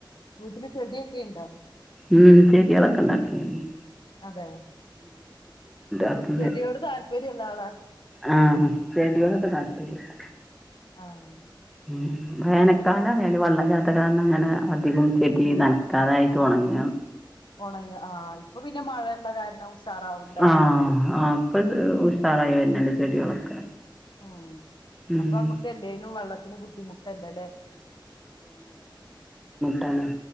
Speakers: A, on the left; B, in the centre.
A: വീട്ടില് ചെടിയൊക്കെ ഇണ്ടോ
B: ഉം ചെടികളെക്കെ ഉണ്ടാക്കലുണ്ട്
A: അതെ
B: ആക്ക്ണ്ട്
A: ചെടിയോട് താല്പര്യുള്ള ആളാ
B: ആഹ് ചെടിയോടെക്കെ താല്പര്യണ്ട്
A: ആഹ്
B: ഉം വേനക്കാല ആയാലും വേനൽക്കാലയാൽ വെള്ളല്ലാത്ത കാരണം അങ്ങനെ അധികം ചെടി നനക്കാതായിട്ട് ഉണങ്ങാണ്
A: ഉണങ്ങ ആഹ് ഇപ്പൊ പിന്നെ മഴയള്ള കാരണം ഉഷാറാവണ്ടാവും
B: ആഹ് ആഹ് ഇപ്പൊ ഉഷാറായി വര്ന്ണ്ട് ചെടികളൊക്കെ
A: ഉം
B: ഉം
A: അപ്പൊ നമ്മുക്ക് എല്ലേലും വെള്ളത്തിന് ബുദ്ധിമുട്ടല്ലല്ലേ
B: ട്ടാണ്